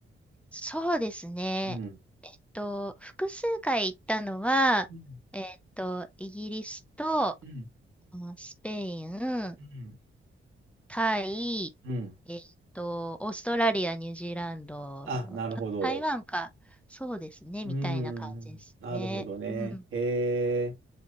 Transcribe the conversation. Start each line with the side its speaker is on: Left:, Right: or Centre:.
Centre: そうですね。
Right: う。うん。
Centre: えっと、複数回行ったのは、
Right: うん。
Centre: えっと、イギリスと、
Right: う
Centre: あスペイン、
Right: ん。
Centre: タイ、
Right: うん。
Centre: えっと、オーストラリア、ニュージーランド、
Right: あ、なるほど。
Centre: あ台湾か。そうですね、
Right: うん。
Centre: みたいな感じですね。
Right: なるほどね。
Centre: うん。
Right: へえ。